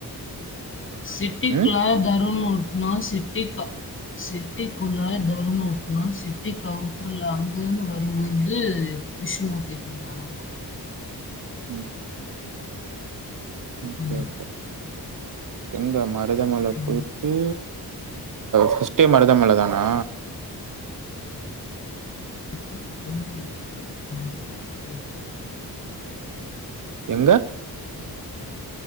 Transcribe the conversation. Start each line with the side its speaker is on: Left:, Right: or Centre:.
Left: சிட்டிக்குல
Right: ம்.
Left: த <unintelligible> ஒண்ணா சிட்டி சிட்டிக்குள்ள தர்ம ஒண்ணா சிட்டிக்கு அவுட்டர்ல அங்கங்க வரும்போது <unintelligible>
Right: ம் ஓகே
Left: ம்.
Right: ஓகே எங்க ம மருத மல
Left: ஓகே.
Right: போய்ட்டு ஃபஸ்ட்டே மருதமல தானா
Left: <inaudible>
Right: எங்க